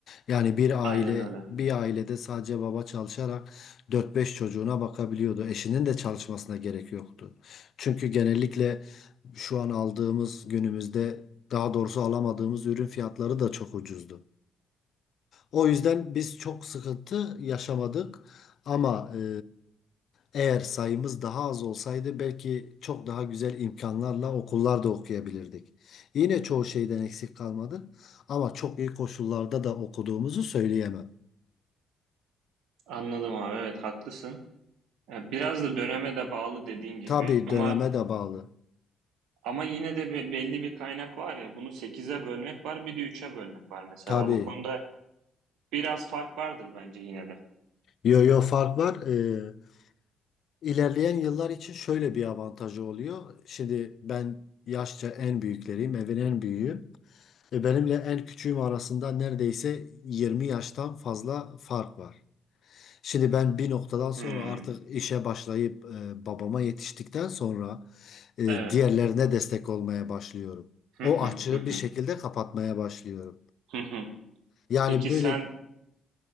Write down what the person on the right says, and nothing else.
Aynen
öyle.
Anladım abi. Evet haklısın. E, Biraz da döneme de bağlı dediğin gibi
ama
Ama yine de bir, belli bir kaynak var ya bunu sekize bölmek var bir de üç'e bölmek var mesela
bu konuda biraz fark vardır bence yine de.
Hmm,
evet.
Hı
hı,
hı hı,
hı hı.
Peki
sen